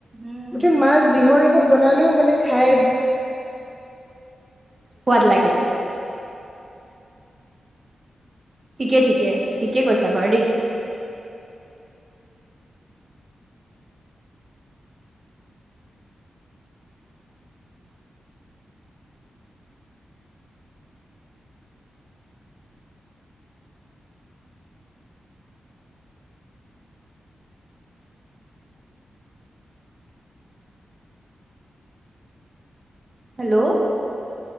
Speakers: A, on the right; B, in the centre.
A: উম
B: গোটেই মাছ যিহৰ লগত লগত বনালেও মানে খাই
A: সোৱাদ লাগে ঠিকে ঠিকে ঠিকেই কৈছা বাৰু দেই। হেল্ল'